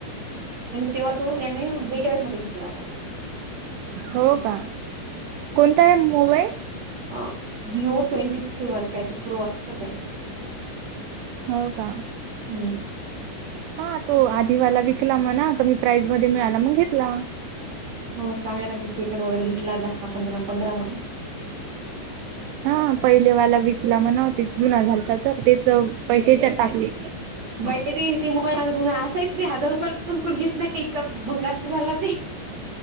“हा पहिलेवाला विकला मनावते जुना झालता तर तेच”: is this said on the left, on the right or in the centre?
Right